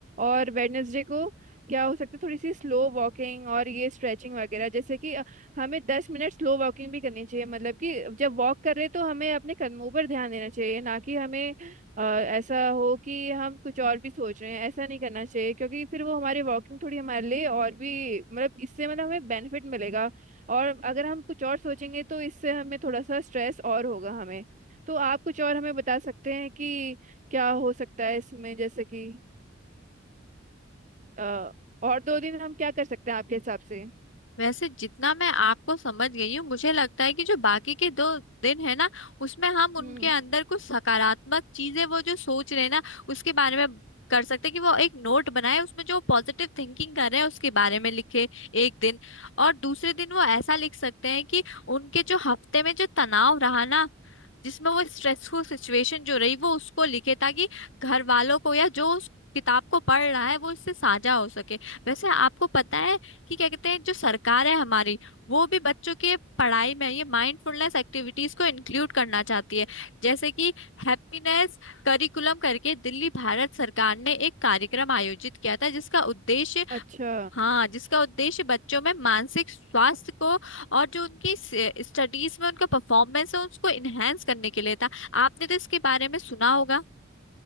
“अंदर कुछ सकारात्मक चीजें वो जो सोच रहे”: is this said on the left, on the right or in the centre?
Left